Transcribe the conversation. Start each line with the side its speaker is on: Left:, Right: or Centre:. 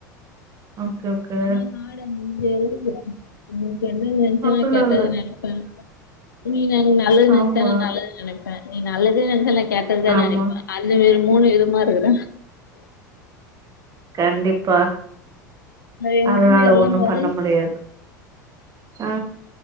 Right: ஓகே ஓகே
Left: நாதா நாட முடிஞ்சி நீ கெட்டது நெனச்சேன்னா
Right: அப்டிலா
Left: கேட்டது
Right: இல்ல
Left: நெனைப்பே நீ நல்லது
Right: ஆமா
Left: நெனச்ச நா நல்லது நினைப்பே நீ நல்லதே நினைச்சாலு நா கேட்டதுதா
Right: ஆமா
Left: நினைப்பே அந்த மாரி மூணு விதமா இருக்கிறே
Right: கண்டிப்பா
Left: இந்த என்
Right: அதனால
Left: மாமியார் எல்லாம்
Right: ஒண்ணு
Left: பாரு
Right: பண்ண முடியாது ஆ